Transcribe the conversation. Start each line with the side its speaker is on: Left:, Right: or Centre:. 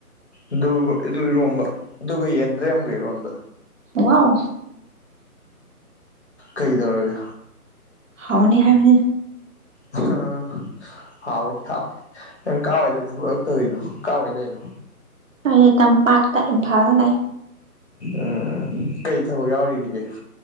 Left: ꯑꯗꯨꯒ ꯑꯗꯨ ꯏꯔꯣꯝꯕ ꯑꯗꯨꯒ ꯌꯦꯟꯗ꯭ꯔꯦꯝꯒ ꯏꯔꯣꯝꯕ
Right: ꯋꯥꯎ
Left: ꯀꯩꯗꯧꯔꯒꯦ
Right: ꯍꯥꯎꯅꯤ ꯍꯥꯏꯕꯅꯤꯗ
Left: ꯍꯥ ꯍꯥꯎꯋꯤ ꯍꯥꯎꯋꯤ ꯅꯪ ꯀꯋꯥꯏꯗ ꯊꯕꯛ ꯇꯧꯔꯤꯅꯣ ꯀꯋꯥꯏ ꯂꯩꯔꯤꯅꯣ
Right: ꯑꯩ ꯇꯝꯄꯥꯛꯇ ꯏꯝꯐꯥꯜꯗ ꯂꯩ
Left: ꯎꯝ ꯀꯩ ꯊꯕꯛ ꯌꯥꯎꯔꯤꯔꯤꯒꯦ